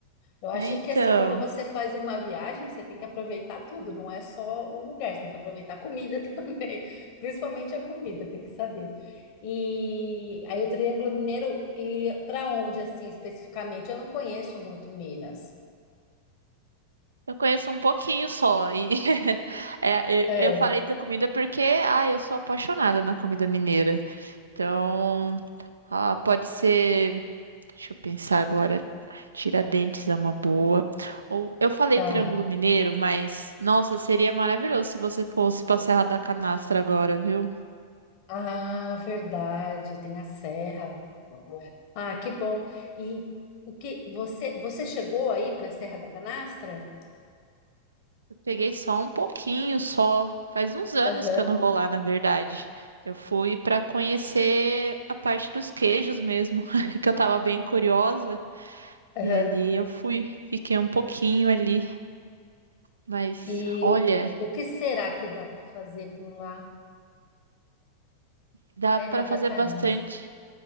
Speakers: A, on the left; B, on the right.
A: Eu acho
B: É, então,
A: que assim, quando você faz uma viagem, você tem que aproveitar tudo, não é só o lugar, você tem que aproveitar a comida <laughs> também, principalmente a comida, tem que saber. E aí o Triângulo Mineiro e para onde assim especificamente? Eu não conheço muito Minas.
B: eu conheço um pouquinho só. E <laughs> é, eu,
A: É,
B: eu falei da comida porque, ah, eu sou apaixonada na comida mineira. Então, ah, pode ser, deixa eu pensar agora, Tiradentes é uma boa. Ou eu falei
A: tá.
B: Triângulo Mineiro, mas nossa, seria maravilhoso se você fosse pra Serra da Canastra agora, viu?
A: Ah, verdade, tem a serra. Ah, que bom. E o que você você chegou aí para a Serra da Canastra?
B: Peguei só um pouquinho, só. Faz uns anos
A: Aham,
B: que eu não vou lá, na verdade. Eu fui para conhecer a parte dos queijos mesmo, <laughs> que eu tava bem curiosa.
A: aham.
B: E ali eu fui, fiquei um pouquinho ali, mas
A: E
B: olha,
A: o, o que será que dá para fazer por lá?
B: dá
A: Serra
B: para
A: da
B: fazer
A: Canastra.
B: bastante.